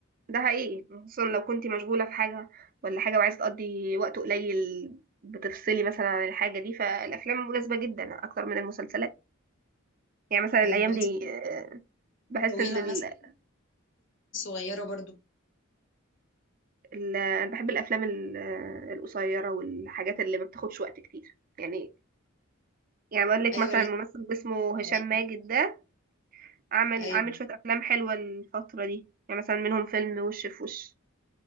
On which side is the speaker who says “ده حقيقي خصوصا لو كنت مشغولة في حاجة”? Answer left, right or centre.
Right